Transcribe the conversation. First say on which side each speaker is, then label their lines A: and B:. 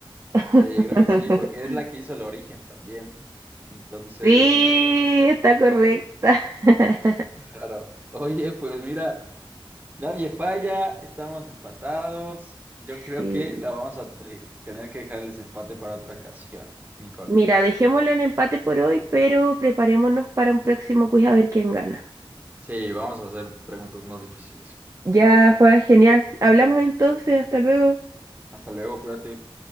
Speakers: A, on the right (about 35°); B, on the right (about 20°).
A: <laughs>
B: Sí, creo que sí, porque es la que hizo el origen también. Entonces,
A: Sí, está correcta. <laughs>
B: claro. Oye, pues mira. Nadie falla, estamos empatados. Yo
A: Sí.
B: creo que la vamos a te- tener que dejar el desempate para otra ocasión, Nicole.
A: Mira, dejémoslo en empate por hoy, pero preparémonos para un próximo quiz a ver quién gana.
B: Sí, vamos a hacer preguntas más difíciles.
A: Ya,
B: ¿Va?
A: Juan, genial. Hablamos entonces, hasta luego.
B: Hasta luego, cuídate.